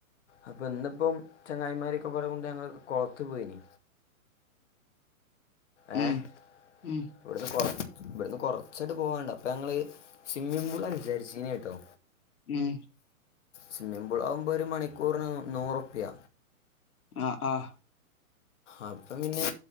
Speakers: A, on the left (about 55°); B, on the left (about 85°).
A: അപ്പൊ ഇന്നിപ്പോം ചങ്ങായിമാരൊക്കെ പറയ കൊണ്ട് ഞങ്ങ കൊളത്തി പോയ്ന് ഏഹ്
B: ഉം ഉം
A: ഇവിടുന്ന് കൊറ ഇവിടുന്ന് കുറച്ചായിട്ട് പോവാണ്ട് അപ്പൊ ഞങ്ങള് സ്വിമ്മിംഗ് പൂള വിചാരിച്ചീനേ കേട്ടോ
B: ഉം
A: സിമ്മിംപൂൾ ആകുമ്പോ ഒരു മണിക്കൂറിന് നൂറുപ്പ്യ
B: അ ആഹ്
A: അപ്പൊ പിന്നെ